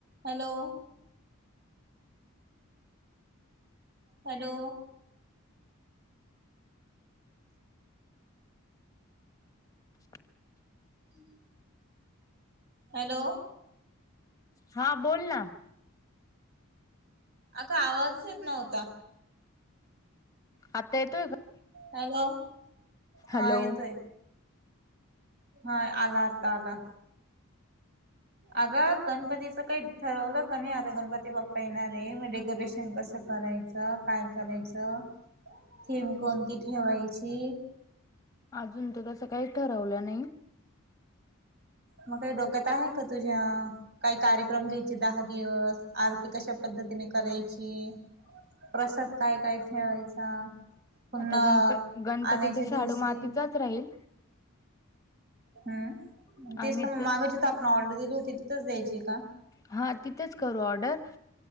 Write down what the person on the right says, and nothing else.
Hello. Hello.
हम् hello.
अगं आवाजच येत नव्हता.
हॅलो हा
येतोय. हा आला आता आला. अगं गणपतीचं काही ठरवलं का नाही? आता गणपती बाप्पा येणार आहे, मग डेकोरेशन कसं कराय काय करायचं, थीम कोणती ठेवायची.
मग काय डोक्यात आहे का तुझ्या? काही कार्यक्रम घ्यायचे दहा दिवस? आरती कश्या पद्धतीने करायची, प्रसाद काय काय ठेवायचा. पुन्हा
आणायच्या
दिवशी
हम्म. तेच
तर मग मागाची <unintelligible> आपण ऑर्डर दिली होती तिथंच द्यायचीे का?